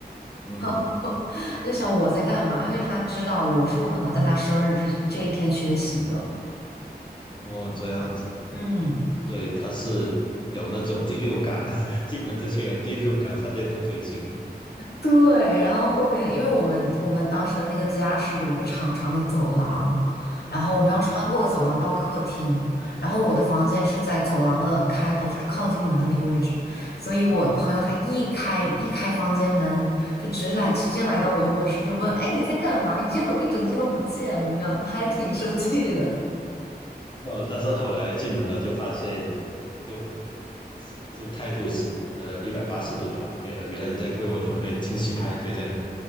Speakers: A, on the left; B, on the left.
A: 嗯，
B: <laughs> 我就想我在干嘛，因为他知道我是不可能在他生日这这一天缺席的。
A: 哦，这样子，
B: 嗯，
A: 所以他是有那种第六感，<laughs> 进门之前有第六感，发现不对劲。
B: 对。然后后面，因为我们我们当时的那个家是有一个长长的走廊，然后我们要穿过走廊到客厅，
A: 嗯。
B: 然后我的房间是在走廊的开头，就是靠近门的那个位置，所以我朋友他一开一开房间门，就直来直接来到我的卧室，就问：“哎，你在干嘛？你今天怎么一整天都不见？怎么样？”还挺生气的。
A: 呃，但是后来进门了，就发现就，是就态度是呃一百八十度转变了。原来你在为我准备惊喜派对这样子，